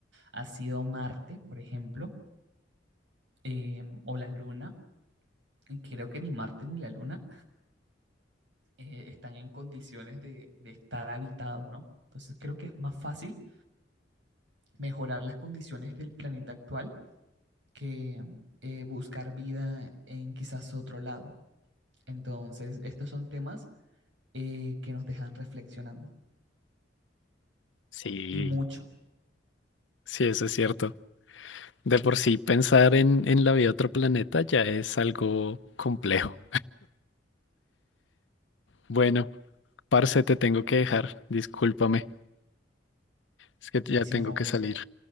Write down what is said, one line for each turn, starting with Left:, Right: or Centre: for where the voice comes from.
Right: ha sido Marte, por ejemplo, eh, o la Luna. Y creo que ni Marte ni la Luna eh, están en condiciones de, de estar habitado, ¿no? Entonces creo que es más fácil mejorar las condiciones del planeta actual que eh, buscar vida en quizás otro lado. Entonces, estos son temas eh, que nos dejan reflexionando.
Left: Sí,
Right: Y mucho.
Left: sí, eso es cierto. De por sí, pensar en, en la vida de otro planeta ya es algo complejo. Bueno, Parce, te tengo que dejar, discúlpame, es que
Right: Buenísimo,
Left: ya tengo
Right: buenísimo.
Left: que salir.